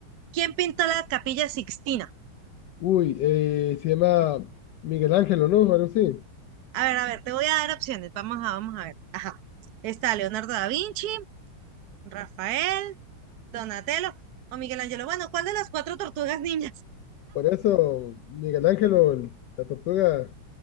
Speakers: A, on the right; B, on the left.
A: ¿Quién pintó la Capilla Sixtina?
B: Uy, eh, se llama Miguel Ángelo, ¿no? Algo así.
A: A ver, a ver, te voy a dar opciones. Vamos a, vamos a ver. Ajá. Está Leonardo da Vinci, Rafael, Donatello o Miguel Ángel. Bueno, ¿cuál de las cuatro tortugas niñas?
B: Por eso, Miguel Ángelo, el- la tortuga,